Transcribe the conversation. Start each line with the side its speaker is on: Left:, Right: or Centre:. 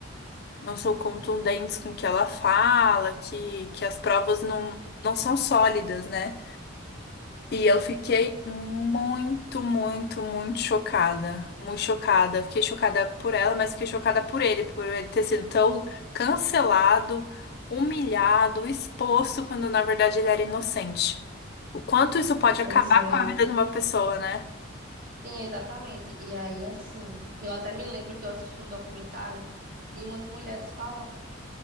Left: não são contundentes com o que ela fala, que, que as provas não, não são sólidas, né? E eu fiquei muito, muito, muito chocada. Muito chocada. Fiquei chocada por ela, mas fiquei chocada por ele, por ele ter sido tão cancelado, humilhado, exposto, quando na verdade ele era inocente. O quanto isso pode
Right: Pois
Left: acabar
Right: é.
Left: com a vida de uma pessoa, né?
Right: Sim, exatamente. E aí, assim, eu até me lembro que eu assisti um documentário de umas mulheres falando,